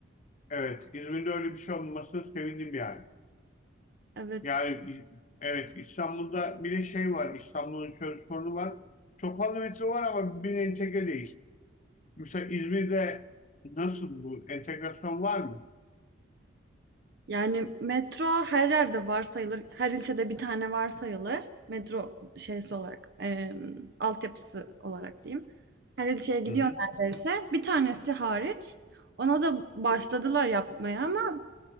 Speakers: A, on the left; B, on the right.
A: Evet, İzmir'de öyle bir şey olmasına sevindim yani.
B: evet.
A: Yani İ- evet İstanbul'da bir de şey var, İstanbul'un şöyle sorunu var. Çok fazla metro var ama birbirine entegre değil. Mesela İzmir'de nasıl bu entegrasyon var mı?
B: Yani metro her yerde var sayılır. Her ilçede bir tane var sayılır. Metro şeysi olarak, em, altyapısı olarak diyeyim. Her ilçeye gidiyor
A: Hı hı.
B: neredeyse. Bir tanesi hariç. Ona da başladılar yapmaya ama